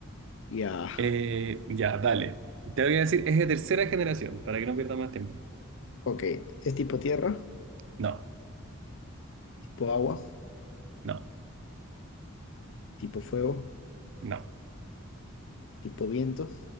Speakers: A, on the left; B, on the right.
A: Ya.
B: Eh, ya, dale. Te voy a decir, es de tercera generación, para que no pierdas más tiempo.
A: Ok. ¿Es tipo tierra?
B: No,
A: ¿Tipo agua?
B: no,
A: ¿Tipo fuego?
B: no.
A: ¿Tipo viento?